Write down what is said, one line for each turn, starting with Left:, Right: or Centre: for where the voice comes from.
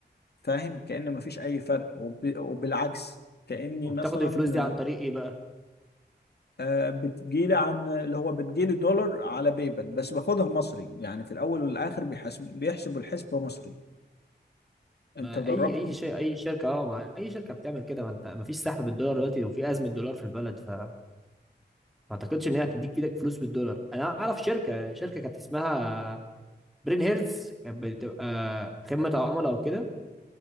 Left: فاهم كأن مفيش اي فرق وب- وبالعكس كأني
Centre: وبتاخد
Left: مثلا
Centre: الفلوس دي عن طريق ايه بقى
Left: آه، بتجيلي عن اللي هو بتجيلي دولار على بيبل بس باخدها مصري يعني في الاول والاخر بيحسب بيحسبوا الحسبة مصري انت
Centre: ما
Left: جربت
Centre: اي اي شيء اي شركه اه ما اي شركه بتعمل كده ما انت ما فيش سحب بالدولار دلوقتي وفي ازمه دولار في البلد فما اعتقدش ان هي هتديك في ايدك فلوس بالدولار انا اعرف شركه شركه كانت اسمها برين هيلث كانت بتبقى خدمه عملاء وكده